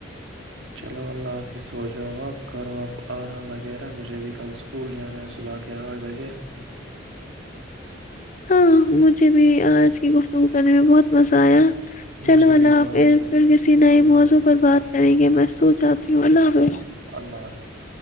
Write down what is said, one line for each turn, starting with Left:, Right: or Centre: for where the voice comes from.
Right: چلو اللہ حافظ سو جاؤ آپ کرو آپ آرام وغیرہ مجھے بھی کل اسکول جانا ہے صبح کے آٹھ بجے
Left: ہاں مجھے بھی آج کی گفتگو کرنے میں بہت مزہ آیا چلو
Right: مجھے
Left: اللہ
Right: بھی بہت
Left: آپ
Right: مزہ آیا
Left: پھر کسی نئے
Right: اللہ
Left: موضوع
Right: حافظ
Left: پر بات کریں گے محسوس جاتیوں والو
Right: اللہ حافظ